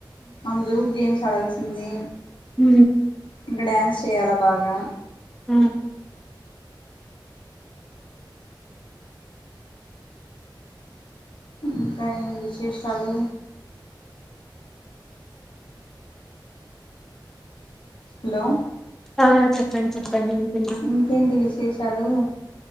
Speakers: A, on the left; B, in the centre.
A: అందరూ గేమ్స్ ఆడాల్సిందే
B: హ
A: ఇంకా డ్యాన్స్ చెయాలా బాగా
B: హ
A: ఇకానీ బసిి చాలుు హలో
B: ఆ చెప్పండి చెప్పండి వింటున్నా
A: ఇంకేంటి విశేషాలు